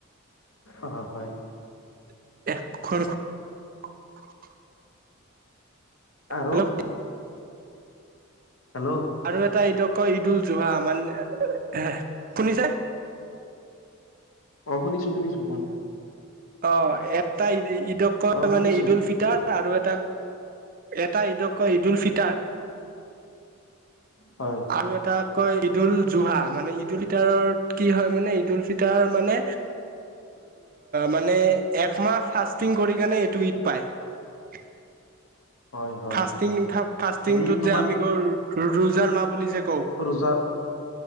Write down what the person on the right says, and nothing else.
<unintelligible>
হেল্ল'
আৰু এটা ঈদক কয় ঈদ উল জুহা মানে হে শুনিছা।
অঁ এ্তাইদি ঈদক ক
মানে ঈদ উল ফিতাৰ আৰু এটা- এটা ঈদক কয় ঈদুল ফিতাৰ।
আৰু এটা কয় ঈদ উুল জুহা, মানে ঈদল ফিতাৰত কি হয় মানে ঈদ উুল ফিতাৰ মানে মানে একমাহ ফাষ্টিং কৰি কেনে এইটো ঈদ পায়।
ফাষ্টিং ফাষ্টিংটোত
যে আমি কওঁ ৰোজাৰ মাহ বুলি যে কওঁ